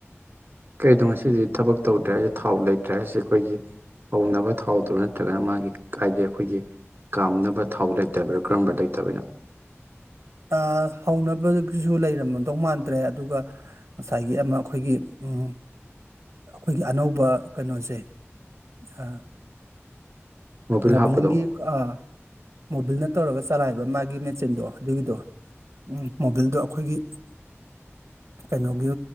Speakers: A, on the right; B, on the right.
A: ꯀꯩꯗꯣ ꯉꯁꯤꯗꯤ ꯊꯕꯛ ꯇꯧꯗ꯭ꯔꯦ ꯍꯥꯏꯁꯦ ꯊꯥꯎ ꯂꯩꯇ꯭ꯔꯦ ꯍꯥꯏꯁꯦ ꯑꯩꯈꯣꯏꯒꯤ ꯍꯧꯅꯕ ꯊꯥꯎꯗꯨ ꯅꯠꯇ꯭ꯔꯒꯅ ꯃꯥꯒꯤ ꯍꯥꯏꯗꯤ ꯑꯩꯈꯣꯏꯒꯤ ꯀꯥꯝꯅꯕ ꯊꯥꯎ ꯂꯩꯇꯕꯅꯣ ꯀꯔꯝꯕ ꯂꯩꯇꯕꯅꯣ
B: ꯑ ꯍꯧꯅꯕꯒꯤꯁꯨ ꯂꯩꯔꯝꯃꯗꯧ ꯃꯥꯟꯗ꯭ꯔꯦ ꯑꯗꯨꯒ ꯉꯁꯥꯏꯒꯤ ꯑꯃ ꯑꯩꯈꯣꯏꯒꯤ ꯎꯝ ꯑꯩꯈꯣꯏꯒꯤ ꯑꯅꯧꯕ ꯀꯩꯅꯣꯁꯦ ꯑ
A: ꯃꯣꯕꯤꯜ
B: ꯃꯣꯕꯤꯜꯒꯤ
A: ꯍꯥꯞꯄꯗꯣ
B: ꯑ ꯃꯣꯕꯤꯜꯅ ꯇꯧꯔꯒ ꯆꯂꯥꯏꯕ ꯃꯥꯒꯤ ꯃꯦꯆꯤꯟꯗꯣ ꯑꯗꯨꯒꯤꯗꯣ ꯃꯣꯕꯤꯜꯗꯣ ꯑꯩꯈꯣꯏꯒꯤ ꯀꯩꯅꯣꯒꯤ